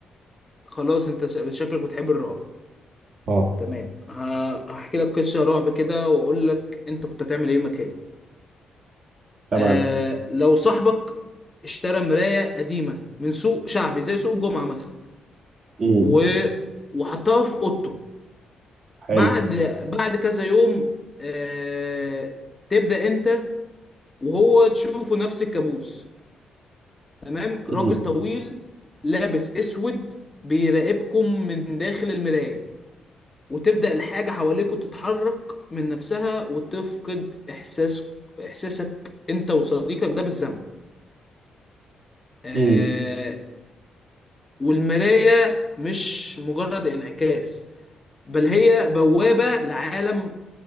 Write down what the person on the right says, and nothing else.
اه
تمام
امم
حلو
امم
امم